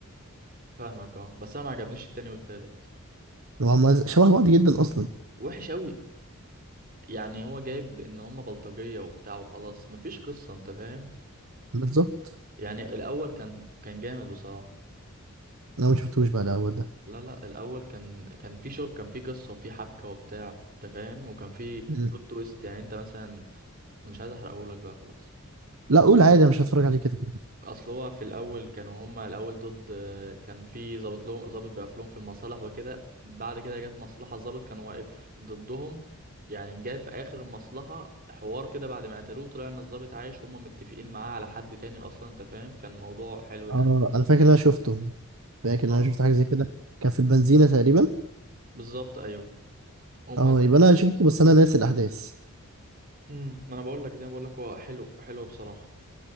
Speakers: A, on the right; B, on the right.
A: فاهمك اه بس انا ما عجبنيش التاني والتالت
B: وهم شبه بعض جدا اصلا
A: وحش قوي يعني هو جايب ان هما بلطجية وبتاع وخلاص مفيش قصة انت فاهم
B: بالظبط
A: يعني الاول كان كان جامد بصراحة
B: انا ما شفتوش بقى الاول ده
A: لا لا الاول كان كان في شو كان في قصة وفي حبكة وبتاع انت فاهم وكان في
B: مم.
A: بلوت تويست يعني انت مثلا مش عايز احرقهولك بقى خلاص
B: لا قول عادي انا مش هتفرج عليه كده كده
A: اصل هو في الاول كانوا هما الاول ضد كان في ظابط لهم ظابط بيقف لهم في المصالح وكده بعد كده جت مصلحه الظابط كان واقف ضدهم يعني جه في اخر المصلحه حوار كده بعد ما قتلوه طلع ان الظابط عايش هما متفقين معاه على حد تاني اصلا انت فاهم كان موضوع حلو يعني
B: اه انا فاكر ان انا شفته فاكر
A: اه
B: ان انا شفت حاجة زي كده كان في البنزينة تقريبا
A: بالظبط ايوه هما
B: اه يبقى انا شفته بس انا ناسي الاحداث
A: امم ما انا بقول لك زي ما بقول لك هو حلو حلو بصراحه